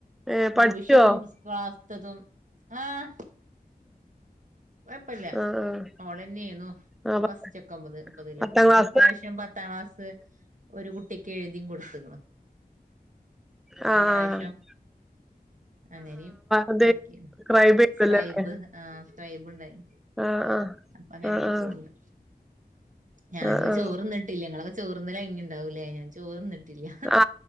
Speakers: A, in the centre; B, on the right.
A: ഏ പഠിച്ചോ
B: ട്യൂഷനും സ് ക്ലാസ്സ്ത്തതും ആഹ്. കൊഴപ്പല്ല
A: ആ ആ
B: ഓളന്നേനു
A: ആ, പ-
B: ഫസ്റ്റൊക്കൊമ്പത് ഒമ്പതിലൊക്കെ
A: പത്താം
B: പിന്നെ
A: ക്ലാസ്
B: ഓള്പ്രാവശ്യം പത്താം ക്ലാസ്. ഒരു കുട്ടിക്ക് എഴ്തിം കൊട്ത്ത്ക്ക്ണ്.
A: ആഹ്
B: പ്രാവശ്യം
A: ആഹ്
B: അങ്ങനിം
A: അത്
B: താക്കീണ്
A: സബ്സ്ക്രൈബ് ചെയ്തല്ലല്ലേ
B: സ്ക്രൈബ് ആഹ് സ് ക്രൈബ്ണ്ടായീനി
A: ആ ആ
B: അപ്പങ്ങനൊക്കെ
A: ആ ആ
B: പോവണ്ട്. ഞങ്ങക്ക്
A: ആ ആ
B: ചോറ് ന്ന്ട്ടില്ല ഇങ്ങളൊക്കെ ചോറ്ന്നലയ്ഞ്ഞിണ്ടാവുലെ ഞാൻ ചോറ്ന്ന്ട്ടില്ല.
A: ആ